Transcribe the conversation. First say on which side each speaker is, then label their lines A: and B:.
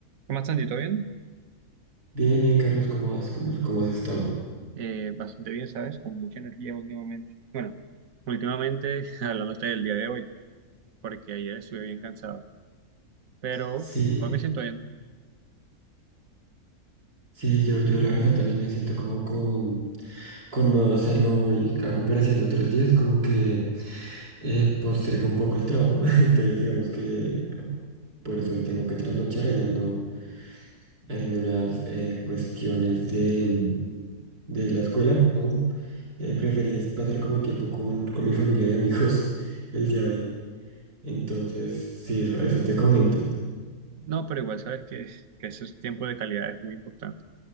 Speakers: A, on the right; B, on the right.
A: ¿Cómo estás, Andy? ¿Todo bien?
B: Bien, bien, Carlos, ¿cómo has, cómo, cómo has estado?
A: Eh, bastante bien, ¿sabes? Con mucha energía últimamente. Bueno, últimamente, <laughs> hablándote del día de hoy, porque ayer estuve bien cansado, pero
B: Sí,
A: hoy me siento bien.
B: sí, yo, yo la verdad también me siento como con, con más ánimo hoy a comparación de otros días, como que eh, postergué un poco el trabajo, <laughs> entonces digamos que por eso hoy tengo que trasnochar ahí ando haciendo unas eh, cuestiones de, mm, de la escuela, ¿no? Eh, preferí es pasar como tiempo con, con mi familia y amigos <laughs> el día de hoy, entonces sí, eso, eso te comento.
A: No, pero igual sabes que, que ese tiempo de calidad es muy importante.